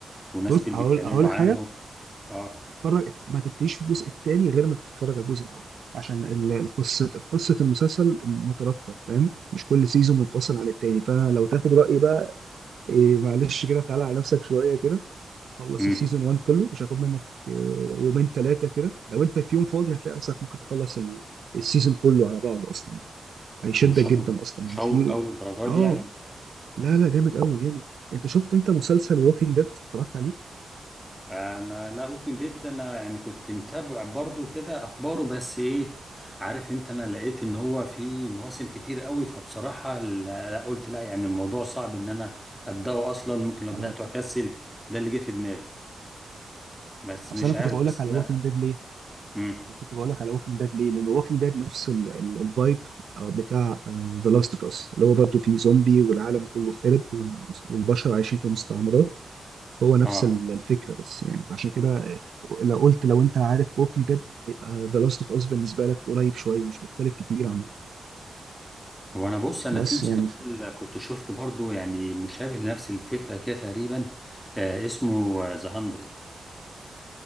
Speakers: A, in the centre; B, on the right.
A: وناس
B: بص
A: كتير
B: هقول
A: بيتكلموا
B: هقول لك
A: عنه
B: حاجه
A: اه
B: اتفرج ما تبتديش في الجزء الثاني غير ما تتفرج على الجزء الاول عشان ال- القصه قصه المسلسل مترابطه فاهم مش كل سيزون منفصل عن التاني فلو تاخد رايي بقى إيه معلش كده تعالى على نفسك شويه كده خلص
A: امم
B: السيزون 1 كله مش هاخد منك إيه، يومين ثلاثه كده لو انت في يوم فاضي هتلاقي نفسك ممكن تخلص ال- السيزون كله على بعض اصلا يعني هيشدك
A: مشوق
B: جدا اصلا
A: مشوق
B: يعني في
A: أوي للدرجة
B: اه
A: دي يعني
B: لا لا جامد قوي جامد انت شفت انت مسلسل ووكينج ديد اتفرجت عليه
A: أنا لا ممكن ديد أنا يعني كنت متابع برضو كده أخباره بس إيه عارف أنت أنا لقيت إن هو في مواسم كتير أوي فبصراحة لا لا، قلت لا يعني الموضوع صعب إن أنا أبدأه أصلا ممكن لو
B: اه
A: بدأته أكسل ده اللي جه في دماغي بس
B: اصل
A: مش
B: انا
A: عارف
B: كنت بقول
A: بس
B: لك على
A: أنا
B: ووكينج ديد
A: امم
B: انا كنت بقول لك على ووكينج ديد ليه لان ووكينج ديد نفس الفايب بتاع ذا لاست اوف اس اللي هو برضه فيه زومبي والعالم كله خرب وال- والبشر عايشين في مستعمرات هو نفس
A: اه
B: ال- الفكره بس يعني فعشان كده آه، لو قلت لو انت عارف ووكينج ديد يبقى ذا لاست اوف اس بالنسبه لك قريب شويه مش مختلف كتير عنه
A: وانا بص انا
B: بس
A: في مسلسل
B: يعني ف-
A: كنت شفته برضو يعني مشابه لنفس الفكره كده تقريبا آه اسمه ذا هاندرد